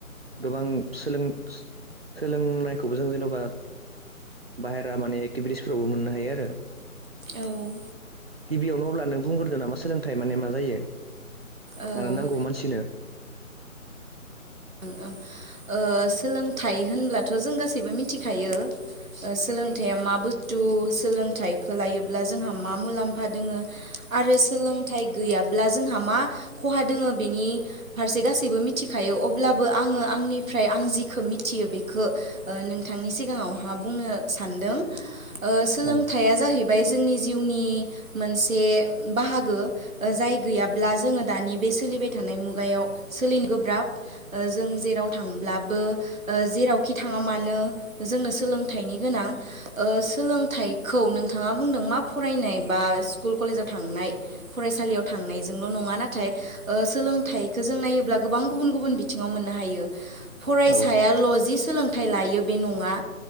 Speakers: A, on the right; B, on the right.
A: गोबां सोलों सोलोंनायखौबो जों जेन'बा बाहेरा माने एक्टिभिटिसफोरावबो मोननो हायो आरो
B: औ ओं
A: गिबियावनो अब्ला नों बुंग्रोदो नामा सोलोंथाइ माने मा जायो।
B: ओं
A: मानो नांगौ मानसिनो
B: ओ सोलोंथाइ होनब्लाथ' जों गासैबो मिथिखायो सोलोंथाइया मा बुस्थु सोलोंथाइखौ लायोब्ला जोंहा मा मुलाम्फा दोङो। आरो सोलोंथाइ गैयाब्ला जोंहा मा खहा दोङो बेनि फारसे गासैबो मिथिखायो। बेयो अब्ला बो आङो आंनिफ्राय आं जिखौ मिथियो बेखौ नोंथांनि सिगाङावहा बुंनो सान दों ओ सोलोंथाइया
A: औ
B: जाहैबाय जोंनि जिउनि मोनसे बाहागो जाय गैयाब्ला जोङो दानि बे सोलिबाय थानाय मुगायाव सोलिनो गोब्राब। जों जेराव थांब्लाबो जेरावखि थाङा मानो जोंनो सोलोंथाइनि गोनां ओ सोलोंथाइखौ नोंथाङा बुंदों मा फरायनाय बा स्कुल कलेजाव थांनाय फरायसालियाव थांनायजोंल' नङा नाथाय ओ सोलोंथाइखो जों नायोब्ला गोबां गुबुन गुबुन बि ङाव मोननो हायो फरायसायाल'ज
A: औ
B: सोंलों थाइ लायो बे नङा